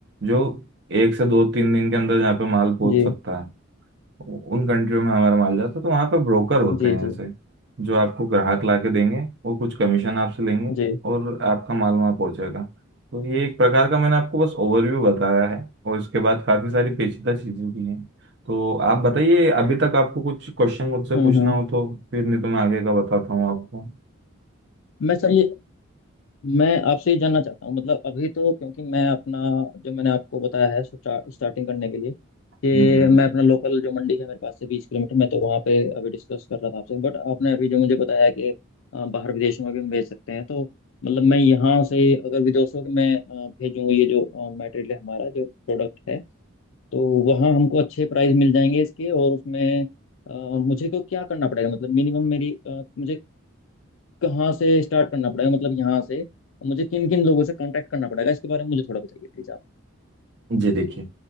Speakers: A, on the right; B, on the left.
A: जो एक से दो तीन दिन के अंदर जहाँ पे माल पहुंच
B: जी
A: सकता है उ- उन कंट्रियों में हमारा माल जाता है तो वहाँ पे ब्रोकर होते
B: जी
A: हैं
B: जी
A: ऐसे जो आपको ग्राहक ला के देंगे वो कुछ कमीशन आपसे लेंगे
B: जी
A: और आपका माल वहाँ पहुँचेगा तो ये एक प्रकार का मैंने आपको बस ओवरव्यू बताया है और इसके बाद काफ़ी सारी पेचीदा चीज़ें भी हैं तो आप बताइए अभी तक आपको कुछ क्वेश्चन मुझसे
B: हम्म
A: पूछना
B: हम्म
A: हो तो फिर नहीं तो मैं आगे का बताता हूँ आपको
B: मैं सर ये मैं आपसे ये जानना चाहता हूँ मतलब अभी तो क्योंकि मैं अपना जो मैंने आपको बताया है स्टार्ट, स्टार्टिंग करने के लिए
A: हम्म
B: कि
A: हम्म
B: मैं अपना लोकल जो मंडी है मेरे पास से बीस किलोमीटर मैं तो वहाँ पे अभी डिस्कस कर रहा था आपसे बट आपने अभी जो मुझे बताया है कि अ, बाहर विदेश में भी हम भेज सकते हैं तो मतलब मैं यहाँ से अगर विदेशों में अ, भेजूँ ये जो मटेरियल है हमारा जो प्रोडक्ट है तो वहाँ हमको अच्छे प्राइस मिल जाएंगे इसके और उसमें अ, मुझे को क्या करना पड़ेगा मतलब मिनिमम मेरी अ, मुझे कहाँ से स्टार्ट करना पड़ेगा मतलब यहाँ से मुझे किन किन लोगों से कांटेक्ट करना पड़ेगा इसके बारे में मुझे थोड़ा बताइए प्लीज आप
A: जी देखिए